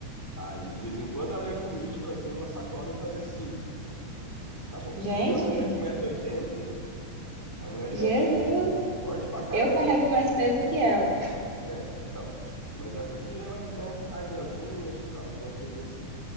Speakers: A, in the centre; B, on the right (about 70°).
A: Aí, de vez em quando, ela ia comigo, trazia uma sacola, eu trazia cinco. Tá bom.
B: gente,
A: Isso porque era uma mulher de um metro e oitenta hein? É uma mulher de
B: Jesus,
A: um metro e oitenta Forte pra caramba.
B: eu carrego mais peso que ela.
A: É, então. Mas é porque ela, né? Ai, minhas unhas e tal. Tinha umas coisinhas assim.